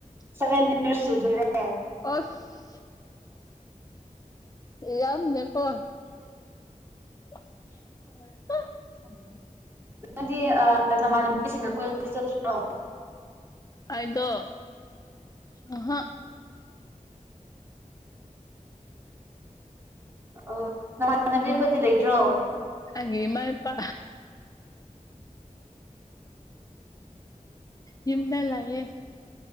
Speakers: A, on the left; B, on the right.
A: <unintelligible>
B: ꯁꯚꯦꯟ ꯌꯔꯁ ꯁꯨꯗꯣꯏꯔꯦ
A: ꯑꯁ ꯌꯥꯝꯅ‌ꯦꯀꯣ <unintelligible>
B: ꯅꯗꯤ ꯅꯃꯥꯟꯅꯕꯤꯁꯤꯡꯅ ꯀ‌ꯣꯏꯕ ꯆꯠꯇ꯭ꯔꯣ
A: ꯑꯩꯗꯣ ꯑꯍꯥ
B: ꯑꯣ ꯅꯃꯥꯟꯅꯕꯤꯈꯣꯏꯗꯤ ꯂꯩꯇ꯭ꯔꯣ
A: ꯑꯩꯒꯤ ꯃꯥꯏ ꯄꯥ ꯌꯨꯝꯗ ꯂꯩꯌ‌ꯦ